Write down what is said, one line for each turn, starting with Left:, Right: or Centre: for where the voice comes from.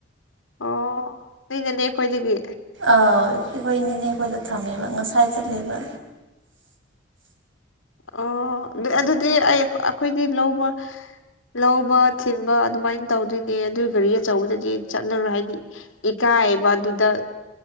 Left: ꯑꯣ ꯑꯩꯅꯅꯦ ꯑꯈꯣꯏꯗꯒꯤ
Right: ꯑꯥ ꯑꯩꯈꯣꯏ ꯅꯤꯅꯦꯈꯣꯏꯗ ꯊꯝꯃꯦꯕ ꯉꯁꯥꯏ ꯆꯠꯂꯦꯕ
Left: ꯑꯣ ꯑꯗ ꯑꯗꯨꯗꯤ ꯑꯩ ꯑꯩꯈꯣꯏꯗꯤ ꯂꯧꯕ ꯂꯧꯕ ꯊꯤꯟꯕ ꯑꯗꯨꯃꯥꯏꯅ ꯇꯧꯗꯣꯏꯅꯦ ꯑꯗꯨ ꯒꯥꯔꯤ ꯑꯆꯧꯕꯗꯗꯤ ꯆꯠꯂꯔꯣꯏ ꯍꯥꯏꯗꯤ ꯏꯀꯥꯏꯕ ꯑꯗꯨꯗ